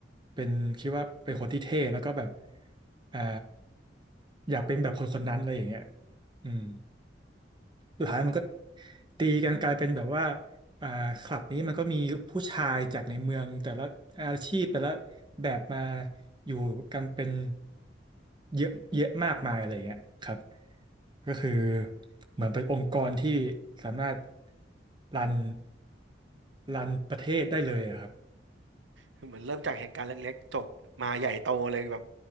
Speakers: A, on the right; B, on the right.
A: เป็นคิดว่าเป็นคนที่เท่แล้วก็แบบอ่าอยากเป็นแบบคนคนนั้นอะไรอย่างเงี้ยอืมสุดท้ายมันก็ตีกันกลายเป็นแบบว่าอ่าคลับนี้มันก็มีผู้ชายจากในเมืองแต่ละอาชีพแต่ละแบบมาอยู่กันเป็นเยอะเยอะมากมายอะไรอย่างเงี้ยครับก็คือเหมือนเป็นองค์กรที่สามารถรันรันประเทศได้เลยอะครับ
B: คือเหมือนเริ่มจากเหตุการณ์เล็กๆจบมาใหญ่โตเลยแบบ